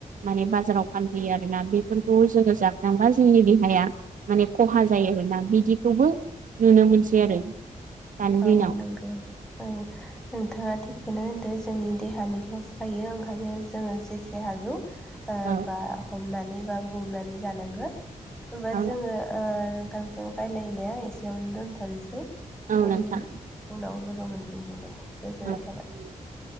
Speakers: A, on the right; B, in the centre.
A: माने बाज जाराव फानफैयो आरोना बेफोरखौ जोङो जाफ्लांबा जोंनि देहाया माने खहा जायो आरोना। बिदिखौबो नुनो मोनसै आरो। दानि
B: औ
A: दिनाव
B: नंगौ औ नोंथाङा थिखौनो होनदो। जोंनि देहानि लस जायो ओंखायनो जोङो जेसे हागौ ओ
A: औ
B: बा हमनानै। ना गुरनानै जानांगो ऐसा
A: औ
B: जोङो ओ थांजों रायलायनाया एसेयावनो दोनथ'नोसै उन
A: औ नोंथां
B: उनावनो। गाबोन लोगो मोनफिनगोन दे गोजोननाय
A: औ
B: थाबाय।